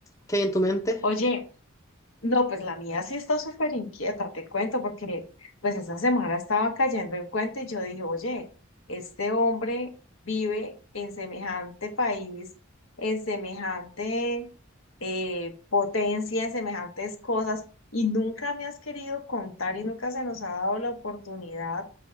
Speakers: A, on the left; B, on the left.
A: ¿Qué hay en tu mente?
B: Oye, no, pues la mía sí está súper inquieta, te cuento, porque pues esta semana estaba cayendo en cuenta y yo dije, oye, este hombre vive en semejante país, en semejante eh, potencia, en semejantes cosas, y nunca me has querido contar y nunca se nos ha dado la oportunidad